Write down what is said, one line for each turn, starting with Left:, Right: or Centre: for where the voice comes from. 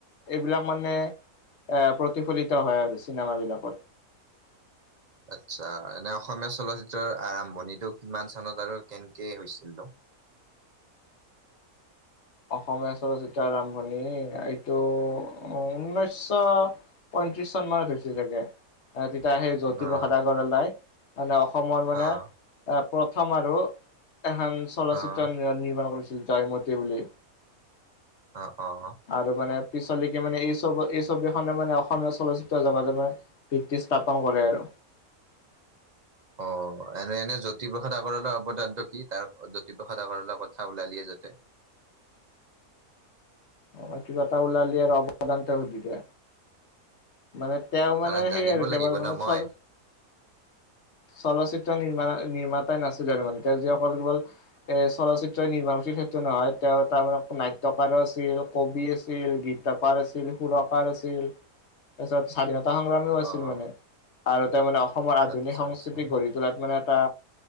Left: এইবিলাক মানে এ প্ৰতিফলিত হয় আৰু চিনেমাাবলাকত
Right: আচ্ছা এনে অসমীয়া চলচিত্ৰৰ আৰম্ভণিটো কিমান চানত আৰু কেনেকে হৈছিলো <inaudible>
Left: অসমীয়া চলচিতা আৰম্ভণি এইটো উনৈশশ পয়ত্ৰিশ চন মানত হৈছে চাগে এয়া সেই জ্যোতিপ্ৰসাদ
Right: অ
Left: আগৰৱালাই মানে অসমৰ মানে
Right: অ
Left: এ প্ৰথম আৰু এখন চলচিত্ৰ
Right: অ',
Left: নিৰ্মাণ কৰিছিল জয়মতি বুলি
Right: অ অ অ
Left: আৰু মানে পিছলৈকে মানে এই চব এই ছবিখনে মানে অসমীয়া চলচ্চিত্ৰ জগতে মানে ভিত্তি স্থাপন কৰে আৰু
Right: উ অ এনে এনে জ্যোতিপ্ৰসাদ আগৰালৰ অৱদানটো কি তাৰ জ্যোতিপ্ৰসাদ আগৰৰ কথা ওলালিয়ে তাতে
Left: অ কিবাটা ওলালি আৰ অৱদান তা শুধি দিয়া। মানে তেওঁ মানে
Right: কাৰণ জানিব
Left: সেই আৰু কেৱল
Right: লাগিব ন
Left: মানে
Right: মই
Left: চ চলচিত্ৰ নিৰ্মাণ। নিৰ্মাতাই নাছিলে আৰু মানে তেওঁ যিসকল কেৱল এ চলচিত চয় নিৰ্মাণ কৰিছিল সেইটো নহয় তেওঁ তাৰ নাট্যকাৰৰ ছিল, কবি আছিল, গীতাকাৰ আছিল সুৰকাৰ আছিল তাৰপিছত স্বাধীনত তা সংগ্ৰামীও আছিল
Right: অ',
Left: মানে আৰু তেওঁ মানে অসমৰ আধুনিক
Right: আচ্ছা
Left: সংস্কৃতি
Right: আচ্ছা
Left: গঢ়ি তোলাত মানে টা